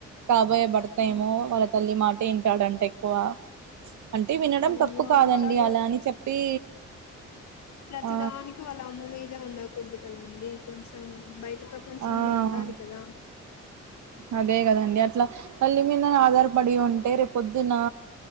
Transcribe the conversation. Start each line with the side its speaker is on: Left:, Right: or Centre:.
Right: కాబోయె భర్త
Left: హ్మ్.
Right: ఏమో వాళ్ళ తల్లి మాట వింటాడంట ఎక్కువ అంటే వినడం
Left: అయ్యో
Right: తప్పు కాదండి
Left: అలాగే
Right: అలా అని చెప్పి
Left: ప్రతిదానికి
Right: ఆ
Left: వాళ్ళ అమ్మ మీదే ఉండకూడదు కదా అండి కొంచెం బయట ప్రప పంచంలో
Right: ఆ
Left: ఉండాలి కదా
Right: అదే కదండి అట్ల తల్లి మీదనే ఆధారపడి ఉంటే రే పొద్దునా